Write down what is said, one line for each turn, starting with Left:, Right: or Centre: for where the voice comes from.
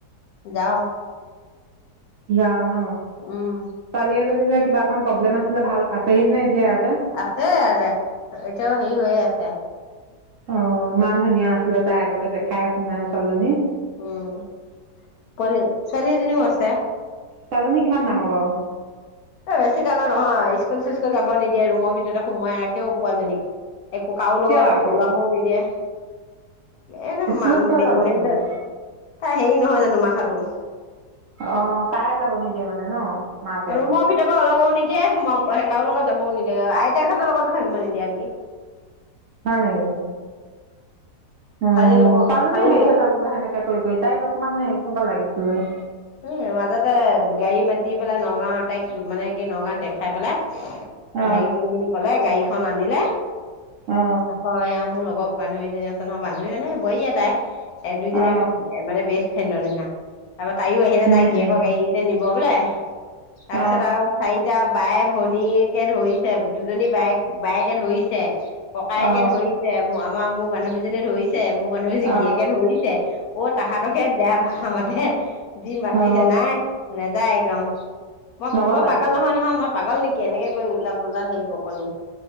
Left: যাওঁ।
Right: যাওঁ ন?
Left: উম
Right: পালিয়ে কিবাকণ প্ৰব্লেম আছিলে, ভাল আছেহি নে? এতিয়া ইয়াত
Left: আছে এয়াতে। এতিয়াও হেৰি হৈ আছে
Right: অ মা- ধুনীয়া আছিলে তাই আগত দেখাই শুনাই ছোৱালজনী
Left: উম। পোৱালি ছোৱালী এজনীও আছে।
Right: ছোৱালজনী কিমান ডাঙৰ বাও?
Left: এ বেছি ডাঙৰ নহয়, স্কুল চ্কুল যাব নিদিয়ে ৰুমৰ ভিতৰতে সোমোৱাই ৰাখেও উ পোৱালজনীক একো কাৰু
Right: কিয়
Left: লগত
Right: আকৌ
Left: ওলাবও নিদিয়ে। এ-নে-মান
Right: স্কুলত কিয়
Left: বেন
Right: যাব
Left: মেনট-
Right: নিদিয়ে
Left: তাই হেৰি নহয় জানো? মাথাটো
Right: অ তাইয়ে যাব নিদিয়ে মানে ন? মাকে
Left: ৰুমৰ ভিতৰ পৰা ওলাব নিদিয়ে সোমাব‌ও কাৰো লগত যাবও নিদিয়ে, আইতাক হঁতৰ লগতো থাকিব নিদিয়ে আনকি।
Right: হয় নেকি? উম,
Left: খালি
Right: ছোৱালজনীও
Left: খালি
Right: হেৰিহৈ যাবগৈ সেনেকে কৰি-কৰি তাই গ অকম সেই ক‌ইব লাগিছিলে।
Left: উম, মাজতে গাড়ী মাতি পেলাই নগাঁও তাইক মানে কি নগাঁৱত দেখাই পেলাই
Right: অ
Left: সেই কৰিম বুলি কলে, গাই ধন আনিলে
Right: অ
Left: আকৌ এইয়া মোৰ লগৰ- বান্ধৱীজনী আছে নহয় বান্ধৱী মানে বোৱাৰী আও তাই। এ দুইজনী
Right: অ
Left: আমি মানে বেচ ফ্ৰেণ্ডৰ নিচিনা। তাপা তাইও আহিলে
Right: উম
Left: তাই গীৰিয়েকৰ
Right: উম
Left: গাড়ীতে নিব বোলে- তাৰপিছত
Right: অ
Left: আৰু চাৰিটা বায়ে, ভনীকে ধৰিছে। দুজনী বায়েক বায়েকে ধৰিছে ককায়েকে
Right: অ
Left: ধৰিছে, ম আম- আম ম বান্ধৱীনে ধৰিছে ছে মোৰ বান্ধবিজনীক
Right: অ
Left: গিৰিয়েকে ধৰিছে অ তাহতকে বেয়া ভাষ খম দে। যি মাতিছে
Right: অ
Left: নাই নাযায়। গ্ৰাম। মই
Right: নগ'লা
Left: মই পাগাল নহয় নহয় মই পাগল নেকি এনেকে কৰি উল্টা পুল্টা ধেৰ বকনি